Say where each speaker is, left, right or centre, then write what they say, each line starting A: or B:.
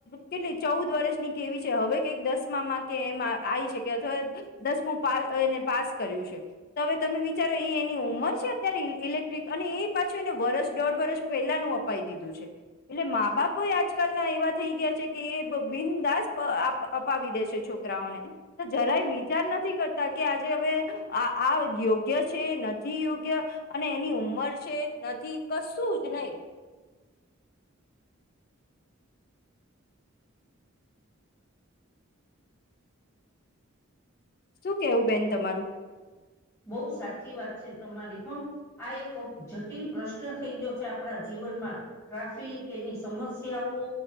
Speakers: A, on the left; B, on the left.
A: કેટલી ચૌદ વર્ષની કેવી છે હવે કઈક દસમામાં કે એમાં આવી છે કે અથવા દસમું પા એને પાસ કર્યું છે તો હવે તમે વિચારો એ એની ઉંમર છે અત્યારે ઇલેક્ટ્રિક અને એ પાછું એને વર્સ દોઢ વર્ષ પહેલાનું અપાવી દીધું છે એટલે મા બાપો આજકાલના એવા થઈ ગયા છે કે બિનદાસ અપાવી દે છે છોકરાઓને તો જરાય વિચાર નથી કરતા કે આજે હવે આ યોગ્ય છે નથી યોગ્ય અને એની ઉંમર છે નથી કશું જ નહી શું કેવું બેન તમારું
B: બહુ સાચી વાત છે તમારી હ આ એક જટિલ પ્રશ્ન થઈ ગયો છે આપણા જીવનમાં ટ્રાફિક એની સમસ્યાઓ